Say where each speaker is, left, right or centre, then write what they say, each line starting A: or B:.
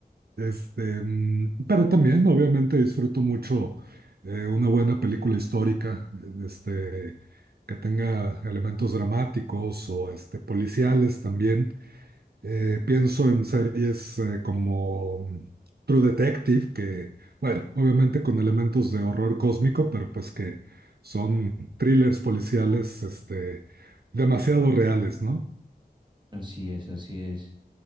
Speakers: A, on the right (about 70°); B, on the right (about 25°).
A: Este, mm, pero también, obviamente, disfruto mucho eh, una buena película histórica, este, que tenga elementos dramáticos o este, policiales también. Eh, pienso en series eh, como mm, True Detective, que, bueno, obviamente con elementos de horror cósmico, pero pues que son thrillers policiales, este, demasiado reales, ¿no?
B: Así es, así es.